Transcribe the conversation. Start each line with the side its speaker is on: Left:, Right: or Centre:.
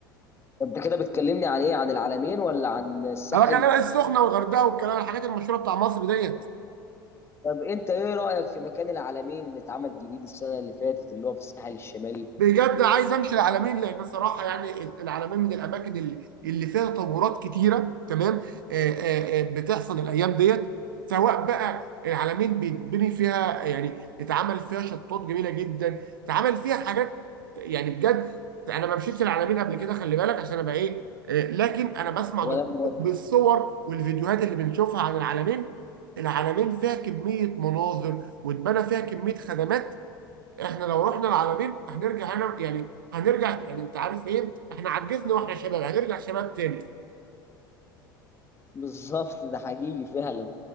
Left: انت كده بتكلمني عن ايه عن العلمين ولا عن الساحل
Right: انا بكلمك السخنة والغردقة والكلام الحاجات المشهورة بتاع مصر ديت.
Left: طب انت ايه رايك في مكان العلمين اللي اتعمل جديد السنه اللي فاتت اللي هو في الساحل الشمالي
Right: بجد عايز امشي العالمين لان صراحه يعني العالمين من الاماكن اللي اللي فيها تطورات كتيره تمام آه، آه، آه، بتحصل الايام ديت سواء بقى العالمين بيتبني فيها يعني اتعمل فيها شطات جميله جدا اتعمل فيها حاجات يعني بجد انا ما مشيتش العالمين قبل كده خلي بالك عشان ابقى ايه آه، لكن انا بسمع
Left: ولا
Right: دكتور
Left: مرة.
Right: بالصور والفيديوهات اللي بنشوفها عن العالمين العالمين فيها كميه مناظر واتبنى فيها كميه خدمات احنا لو رحنا العالمين هنرجع هنا يعني هنرجع يعني انت عارف ايه احنا عجزنا واحنا شباب هنرجع شباب تاني
Left: <laughs> بالظبط ده حقيقي فعلا